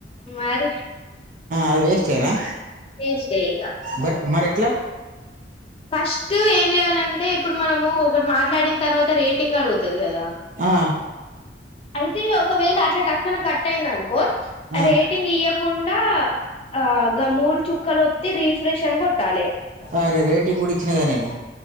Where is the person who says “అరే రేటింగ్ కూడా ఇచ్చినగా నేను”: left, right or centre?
Right